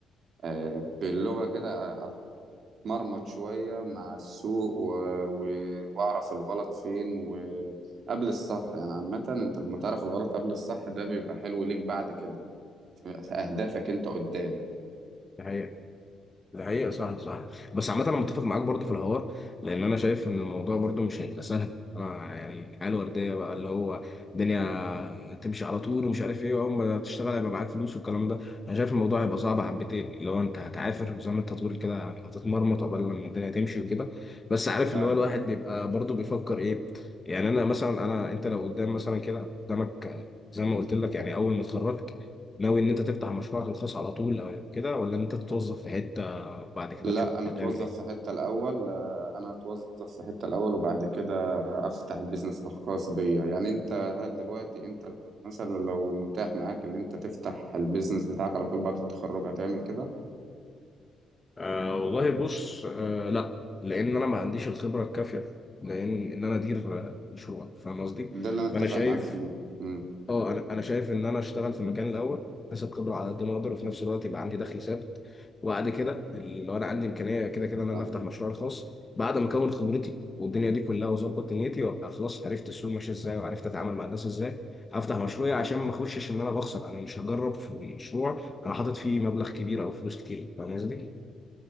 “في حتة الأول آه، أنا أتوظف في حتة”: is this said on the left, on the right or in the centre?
Right